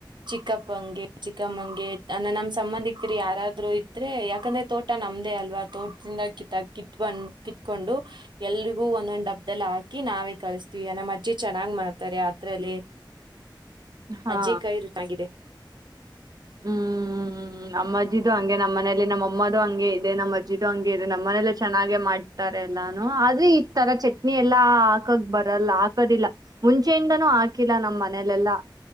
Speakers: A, on the right; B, on the right.
A: ಚಿಕ್ಕಪ್ಪಂಗೆ ಚಿಕ್ಕಮ್ಮಂಗೆ ಅ ನಮ್ ಸಂಬಂಧಿಕರು ಯಾರಾದ್ರು ತ್ರೆ ಯಾಕಂದ್ರೆ ತೋಟ ನಮ್ದೇ ಅಲ್ವಾ ತೋಟದಿಂದ ಕಿತ್ತಾಕ್ ಕಿತ್ ಬಂದ್ ಕಿತ್ಕೊಂಡು ಎಲ್ರಿಗೂ ಒಂದೊಂದ್ ಡಬ್ದಲ್ಲಿ ಹಾ ಕಿ ನಾವೇ ಕಳಿಸ್ತೀವಿ ನಮ್ ಅಜ್ಜಿ ಚೆನ್ನಾಗ್ ಮಾಡ್ತಾರೆ ಅದ್ರಲ್ಲಿ
B: ಹಾ
A: ಅಜ್ಜಿ ಕೈ ರುಚ್ ಆಗಿದೆ.
B: ಹ್ಮ್ ನಮ್ಮಜ್ಜಿದು ಹಂಗೆ ನಮ್ಮನೇಲಿ ನಮ್ಮಅಮ್ಮದು ಹಂಗೆ ಇದೆ ನಮ್ಮ ಅಜ್ಜಿದು ಹಂಗೆ ಇದೆ ನಮ್ಮ್ ಮನೇಲ್ಲ ಚೆನ್ನಾಗೆ ಮಾಡ್ತಾರೆ. ಎಲ್ಲಾನು ಆದ್ರೆ ಈ ತರ ಚಟ್ನಿ ಎಲ್ಲಾ ಹಾಕಕ್ ಬರಲ್ಲ ಹಾಕೋದಿಲ್ಲ ಮುಂಚೆಯಿಂದನೂ ಹಾಕಿಲ್ಲ. ನಮ್ಮ್ ಮನೇಲೆಲ್ಲಾ